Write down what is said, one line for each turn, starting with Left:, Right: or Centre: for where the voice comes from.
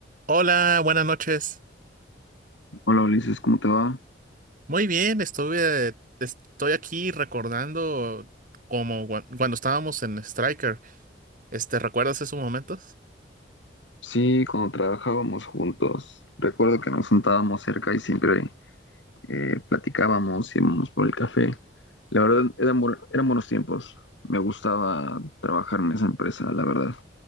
Right: Hola, buenas noches.
Left: Hola Ulises, ¿cómo te va?
Right: Muy bien, estuve, estoy aquí recordando como guan- cuando estábamos en Striker. Este, ¿recuerdas esos momentos?
Left: Sí, cuando trabajábamos juntos, recuerdo que nos sentábamos cerca y siempre eh, platicábamos, íbamos por el café. La verdad, eran, bu- eran buenos tiempos. Me gustaba trabajar en esa empresa, la verdad.